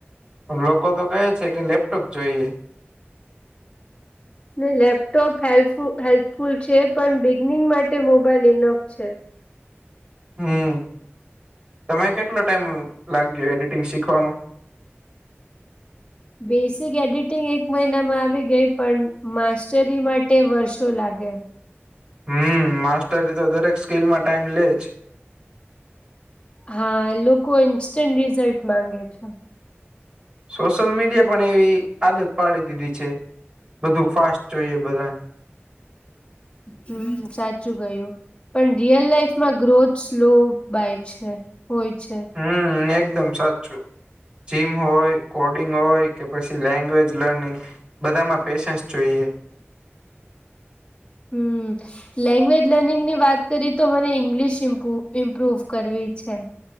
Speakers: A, on the right (about 25°); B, on the left (about 25°).
A: લોકો તો કહે છે કે લેપટોપ જોઈએ.
B: હા લેપટોપ હેલ્પ હેલ્પફુલ છે પણ બિગનિંગ માટે મોબાઈલ ઇનફ છે
A: હમ્મ તમે કેટલો ટાઈમ લાગ્યો એડિટિંગ શીખવામાં
B: બેસિક એડિટિંગ એક મહિનામાં આવી ગઈ પણ માસ્ટરી માટે વર્ષો લાગ્યો.
A: હમ્મ માસ્ટરી તો દરેક સ્કીલમાં ટાઈમ લેજ
B: હા લોકો ઇન્સ્ટન્ટ રિઝલ્ટ માંગે છે.
A: સોશિયલ મીડિયા પણ એવી આદત પાડી દીધી છે બધું ફાસ્ટ જોઈએ બધાને
B: હમ્મ સાચું ગયું પણ રિયલ લાાઈફમાં ગ્રોથ સ્લો બાય છે હોય છે.
A: હમ્મ એકદમ સાચું જીમ હોય કોડિંગ હોય કે પછી લેંગ્વેજ લર્નિંગ બધામાં પેશન્સ જોઈએ.
B: હમ્મ લેંગ્વેજ લર્નિંગ ની વાત કરી તો મને ઈંગ્લિશ ઇમ્પ ઇમ્પ્રુવ કરવી છે.